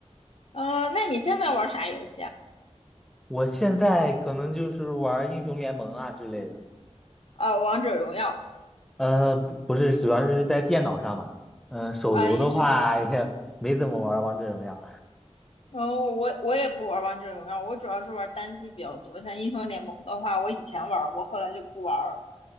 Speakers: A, on the left; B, in the centre.
A: 呃，那你现在玩啥游戏啊？
B: 我现在可能就是玩儿英雄联盟啊之类的，
A: 啊，王者荣耀。
B: 呃，不不是，主要是在电脑上嘛，嗯、手游的话也没怎么玩儿王者荣耀，
A: 啊，英雄然后我我也不玩王者荣耀，我主要是玩单机比较多。像英雄联盟的话，我以前玩过，后来就不玩了，